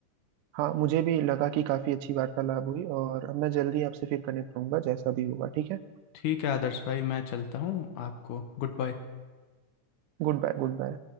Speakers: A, on the right; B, on the left.
A: हाँ मुझे भी लगा कि काफी अच्छी वार्तालाप हुई और मैं जल्दी आपसे फिर कनेक्ट होऊंगा जैसा भी होगा ठीक है
B: ठीक है आदर्श भाई मैं चलता हूँ आपको गुड बाय
A: Goodbye good bye